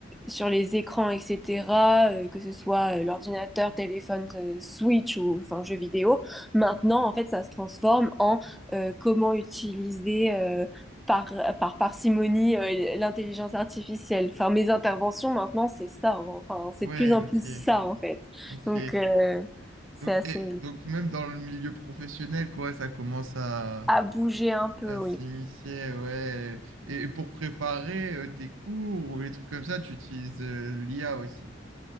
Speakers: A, in the centre; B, on the right.
A: sur les écrans, etc., euh, que ce soit euh, l'ordinateur, téléphone, euh, Switch ou enfin jeux vidéo. Maintenant, en fait, ça se transforme en euh, comment utiliser euh, par, par parcimonie euh, l'intelligence artificielle. Enfin, mes interventions maintenant, c'est ça. hein. Enfin, c'est
B: Ouais,
A: de plus en plus
B: ok.
A: ça, en fait.
B: Ok.
A: Donc, euh, c'est
B: Donc,
A: assez
B: et, donc même dans le milieu professionnel, quoi, ça commence à,
A: à bouger un peu,
B: à
A: oui.
B: s'immiscer, ouais. Et, et pour préparer euh, tes cours ou les trucs comme ça, tu utilises euh, l'IA aussi.